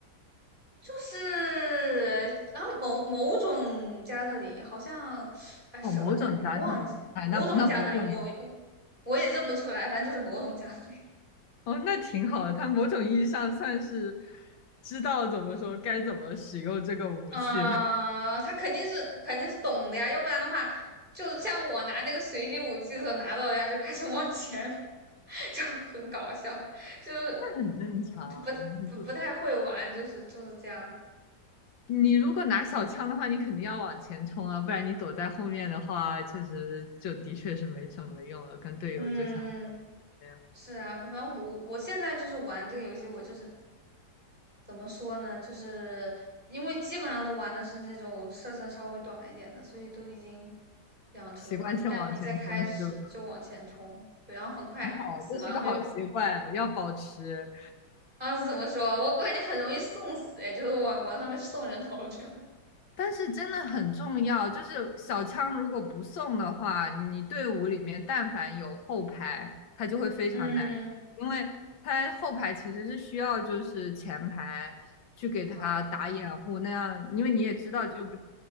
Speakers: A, on the right (about 25°); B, on the left (about 80°).
A: 就是然后某某种加特林，好像啊什么加特林忘记，
B: 哦，某种加上你，哎，
A: 某种加特林我
B: 那那不重要。
A: 我也认不出来，反正就是某种加特林。
B: 哦，那挺好的，他某种意义上算是知道怎么说该怎么使用这个武器吧，
A: 嗯、呃他肯定是肯定是懂的呀，要不然的话，就像我拿那个随机武器的时候拿到一样，就开始往前面，<laughs> 就很搞笑，就是嗯不不不太会玩，
B: <laughs> 那很正常啊你不
A: 就是就是这样，
B: 你如果拿小枪的话，你肯定要往前冲啊，不然你躲在后面的话，确实就的确是没什么用了。跟队友就像说的
A: 嗯。
B: 一样，
A: 是啊，反正我我现在就是玩这个游戏，我就是怎么说呢，就是因为基本上都玩的是那种射程稍微短一点的，所以都已经养成了，
B: 习惯性往前冲是吧？
A: 一旦比赛开始就往前冲，对，然后很快死了，
B: 好，这是个好习惯，
A: 然后又
B: 要保持。
A: 啊怎么说，我感觉很容易送死，哎，就是往往上面送人头去了。<laughs>
B: 但是真的很重要，就是小枪如果不送的话，你队伍里面但凡有后排，他就会非常难，
A: 嗯，
B: 因为他后排其实是需要就是前排去给他打掩护，
A: 啊
B: 那样，因为你也知道，就比